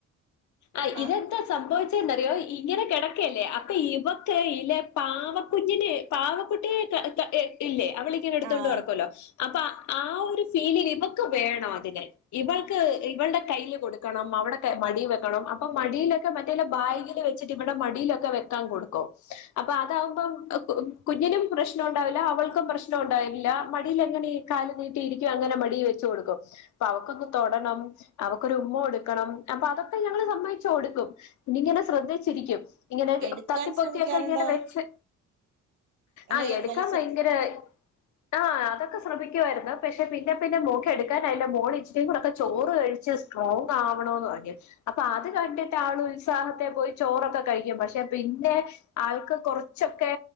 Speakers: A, on the left; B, on the right.
A: ആഹ്
B: ആ
A: ഇതെക്ക സംഭവിച്ചെന്നറിയോ ഇങ്ങനെ കിടക്കല്ലേ അപ്പൊ ഇവക്ക് ഇല്ലെ പാവക്കുഞ്ഞിന് പാവകുട്ടിയ ഇല്ലേ അവള് ഇങ്ങനെ എടുത്തോണ്ട്
B: ആഹ്
A: നടക്കല്ലോ അപ്പൊ ആഹ് ഒരു ഫീലിങ് ഇവക്ക് വേണം അതിനെ ഇവൾക്ക് ഇവളടെ കയ്യില് കൊടുക്കണം അവൾടെ മടി- ണം അപ്പൊ മടിയിലൊക്കെ മറ്റേല്ല ബാഗ വച്ചിട്ട് ഇവിടെ മടിയിലൊക്കെ വെക്കാൻ കൊടുക്കും അപ്പൊ അതാകുമ്പം കുഞ്ഞിനും പ്രശ്നം ഉണ്ടാവില്ല അവൾക്കും പ്രശ്നം ഉണ്ടാവില്ല മടിയിൽ അങ്ങനെ കാല് നീട്ടിയിരിക്കും അങ്ങനെ മടിയി ല് വെച്ചു കൊടുക്കും അപ്പ അവക്കൊന്ന് തൊടണം അവക്കൊരു ഉമ്മ കൊടുക്കണം അപ്പൊ അതൊക്കെ- ഇപ്പ ഞങ്ങള് സമ്മതിച്ചു കൊടുക്കും ഇനി ഇങ്ങനെ ശ്രദ്ധിച്ചിരിക്കും ഇങ്ങനെ
B: എടുക്കാൻ
A: തത്തിപ്പൊത്തിക്കെ
B: ശ്രമിക്കാറുണ്ടോ
A: ഇങ്ങനെ വെച്ച്
B: അങ്ങനെ
A: ആഹ് എടുക്കാൻ
B: വലിച്ചെടുക്ക
A: ഭയങ്കര ആ് അതൊക്കെ ശ്രമിക്കുവായിരുന്നു പക്ഷെ പിന്നെ പിന്നെ മോൾക്ക്‌ എടുക്കാൻ അതിന്റെ മോള് ഇച്ചിയും കൂടെക്കെ ചോറ് കഴിച്ച് സ്ട്രോങ്ങ്ആവണോന്ന് പറഞ്ഞ് അപ്പൊ അത് കണ്ടിട്ട് ആള് ഉത്സാഹത്തെ പോയി ചോറൊക്കെ കഴിക്കും പക്ഷെ പിന്നെ- ആൾക്ക് കുറച്ചൊക്കെ